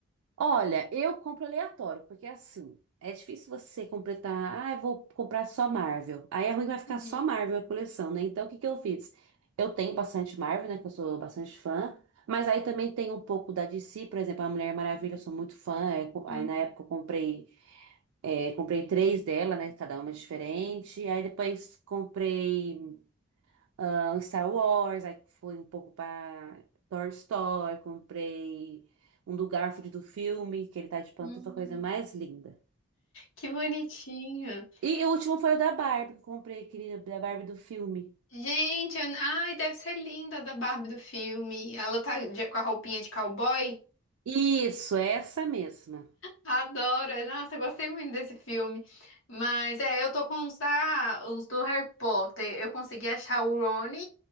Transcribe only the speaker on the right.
Olha, eu compro aleatório, porque é assim, é difícil você completar. Ah, eu vou comprar só Marvel. Aí é ruim que vai ficar
só Marvel a coleção, né? Então, o que que eu fiz? Eu tenho bastante Marvel, né? Que eu sou bastante fã. Mas aí também tem um pouco da DC, por exemplo, a Mulher Maravilha, eu sou muito fã. Aí, co-
aí na época eu comprei, é, comprei três dela, né? Cada uma é diferente. Aí depois comprei. ah, um Star Wars, aí foi um pouco pra Toy Story, comprei um do Garfield do filme, que ele tá de pantufa,
coisa mais linda.
E o último foi o da Barbie, que eu comprei aquele da Barbie do filme.
Isso, essa mesma.